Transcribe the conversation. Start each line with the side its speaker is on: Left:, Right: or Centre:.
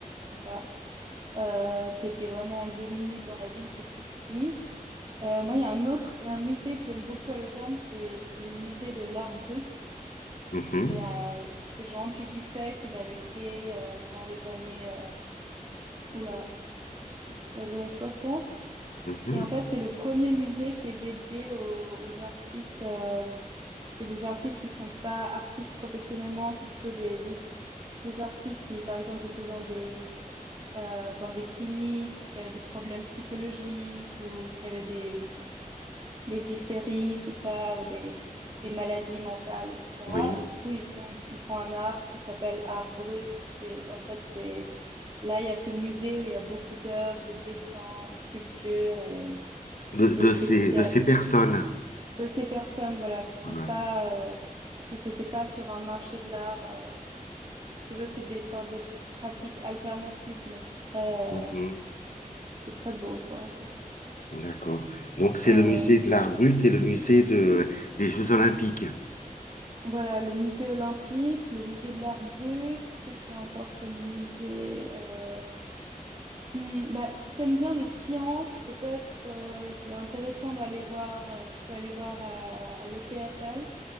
Right: en Euh, t'es, t'es vraiment en deux minutes dans la ville, c'est tout petit. Euh, moi, il y a un autre, il y a un musée que j'aime beaucoup à Lausanne, c'est, c'est le musée de l'art brut.
Left: Mhm,
Right: C'est un, c'est Jean Dubuffet qui l'avait créé euh, dans les années, euh, oula, dans les années soixante
Left: mhm,
Right: Et en fait, c'est le premier musée qui est dédié aux, aux artistes. euh, c'est des artistes qui sont pas artistes professionnellement, c'est plutôt des, des, des artistes qui, par exemple, étaient dans des, euh, dans des cliniques, qui avaient des problèmes psychologiques ou qui avaient des, des hystéries, tout ça, ou des, des maladies mentales, etc.
Left: oui,
Right: Et du coup, ils font, ils font un art qui s'appelle art brut. Et en fait, c'est là, il y a ce musée où il y a beaucoup d'œuvres, de dessins, de sculptures et
Left: de, de
Right: c'est c'est-
Left: ces,
Right: c'est
Left: de ces personnes.
Right: de ces personnes, voilà, qui sont
Left: Voilà.
Right: pas, euh, qui s'étaient pas sur un marché de l'art. euh. Si tu veux, c'est des sortes de pratiques alternatives, mais c'est très, euh,
Left: Mhm.
Right: c'est très beau, quoi. Voilà.
Left: D'accord. Donc, c'est
Right: Euh,
Left: le musée de l'art brut et le musée de, des Jeux Olympiques.
Right: voilà, le musée olympique, le musée de l'art brut. Qu'est-ce qu'il y a encore comme musée? Euh, hmm, bah, si t'aimes bien les sciences, peut-être que c'est intéressant d'aller voir. euh, tu peux aller voir à, à l'EPFL.